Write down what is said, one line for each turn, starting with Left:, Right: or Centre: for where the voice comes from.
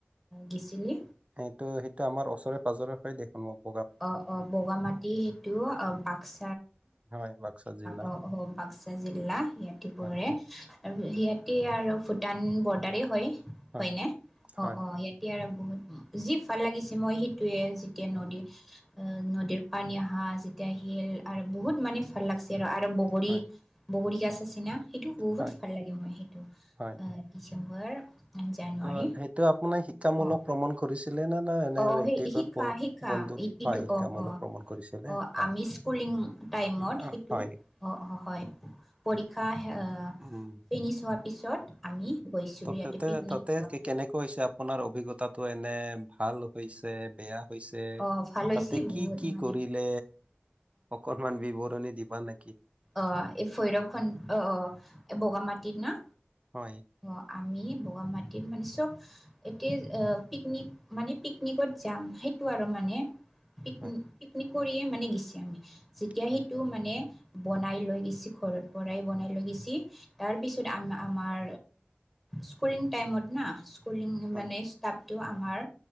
Centre: গিছিলি
Right: সেইটো সেইটো আমাৰ ওচৰে পাঁজৰে স দেখোন মোক
Centre: অ অ বগামাটি সেইটো অ বাক্স
Right: হয় বাক্সা জিলাত
Centre: আহ আহ বাক্সা জিলা ইয়া পৰে
Right: হয়
Centre: আৰু সিয়াতে আৰু ভূটান বৰ্ডাৰেই হয়
Right: হয়
Centre: হয়নে
Right: হয়
Centre: অঁ অঁ এতিয়া বহুত যি ভাল লাগিছে, মই সেইটোৱে যেতিয়া নদীত
Right: উম,
Centre: অ' নদীৰ পানী আহা যেতিয়া শিল আৰু বহুত মানে ভাল লাগছি আৰু, আৰু বগৰী,
Right: হয়
Centre: বগৰী গছ আছি না সেইটো বহুত
Right: হয়
Centre: ভাল লাগে। মই সেইটো
Right: হয়
Centre: ডমৰ <inaudible> জানুৱাৰী,
Right: ত' সেইটো আপোনাৰ শিক্ষামূলক
Centre: অ',
Right: ভ্ৰমণ কৰিছিলে নে না এনে
Centre: অ',
Right: ব্যক্তিগত
Centre: সৈ হিক্কা
Right: ব-
Centre: হিক্কা
Right: বন্ধু
Centre: সিটো
Right: হয় শিক্ষামূলক
Centre: অ', অ',
Right: ভ্ৰমণ কৰিছিলে
Centre: অ',
Right: হয়
Centre: আমি স্কুলিং টাইমত
Right: উম, আহ,
Centre: সিটো
Right: হয়
Centre: অ, হয় পৰীক্ষা অ' অ'
Right: উম
Centre: ফিনিছ হোৱাৰ পিছত আমি গৈছিলোঁ
Right: ত
Centre: ইয়াতে
Right: তাতে
Centre: পিকনিক
Right: তাতে
Centre: খাবা।
Right: কে- কেনেকৈ হৈছে আপোনাৰ অভিজ্ঞতাটো এনে ভাল হৈছে, বেয়া হৈছে
Centre: অ' ভাল হৈছে
Right: তাতে কি
Centre: বহুত
Right: কি
Centre: মানে
Right: কৰিলে, অকনমান বিৱৰণী দিবা নে?
Centre: অহ', এই ভৈৰৱ খন অহ, এই বগামাটিত না?
Right: হয়',
Centre: অ' আমি বগামাটিত মানে চব এতিয়া পিকনিক মানে পিকনিকত যাম। সেই সিটো আৰু মানে পিক
Right: হয়
Centre: পিকনিক কৰিয়ে মানে গৈছি আমি। যেতিয়া
Right: হয়
Centre: সেইটো মানে বনাই লৈ গৈছি ঘৰত পৰাই বনাই লৈ গৈছি, তাৰপিছত আ আমাৰ স্কুুলিং টাইমত না, স্কুুলিং
Right: হয়
Centre: মানে ষ্টাফ টো আমাৰ